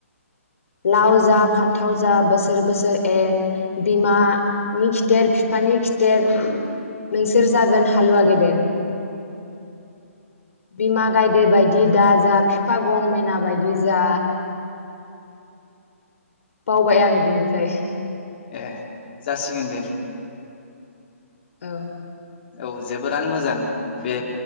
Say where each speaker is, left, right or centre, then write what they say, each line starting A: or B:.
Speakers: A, on the left; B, on the left.
A: लाव जा फान्थाव जा बोसोर बोसोर एर बिमानि खिथेर बिफानि खिथेर नोंसोर जागोन हालुवा गेदेर। बिमा गायदे बायदि दा जा फा गं मेना बायदि जा बावबाय आङो बेनिफ्राय
B: ए जासिगोन दे।
A: औ ।
B: औ जोबोरानो मोजां बे